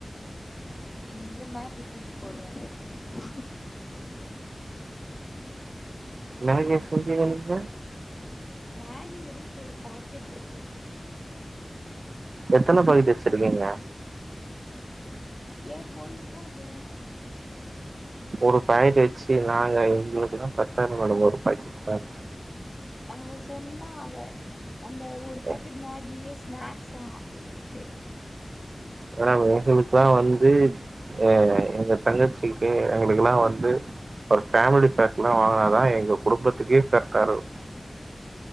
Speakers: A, on the left (about 40°); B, on the right (about 90°).
A: இங்க இருந்து மேக்கி தூக்கி போடுறே எடுத்துகோ
B: மேகிய செஞ்சீங்க நீங்க
A: மேகி இருக்கு பாக்கெட் இருக்கு
B: எத்தன பாக்கெட் வச்சிருக்கீங்க
A: ஒன்னே ஒன்னு எனக்கு ஒன்னு போது
B: ஒரு பாக்கெட் வச்சு நாங்க எங்களுக்ளா பத்தாது மேடம் ஒரு பாக்கெட்
A: அவ சொன்னா அவ அந்த ஒரு
B: எ
A: பாக்கெட் மேகியே ஸ்நாக்ஸ் ஆ உங்ளுக்கு
B: மேடம் எங்களுக்கெல்லா வந்து அ எங்க தங்கச்சிக்கு எங்கக்கெல்லா வந்து ஒரு ஃபேமிலி பேக்ல்லா வாங்கினாதா எங்க குடும்பத்துக்கே ஃகரெட்டா இருக்கு